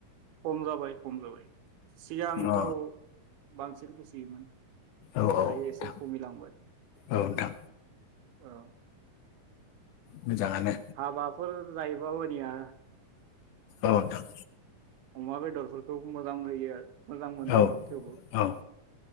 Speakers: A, on the right (about 75°); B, on the left (about 75°).
A: खम जाबाय खम जाबाय। सिगांथ'
B: अ
A: बांसिन खुसियोमोन।
B: औ नोंथां
A: दायो एसे खमिलांबाय
B: औ नोंथां
A: औ।
B: मोजाङानो
A: हाबाफोर जायोबाबो निया
B: औ नोंथां।
A: अमा बेदरफोरखौ मोजां होयो आरो। मोजां मोनजायो
B: औ
A: थेवबो
B: औ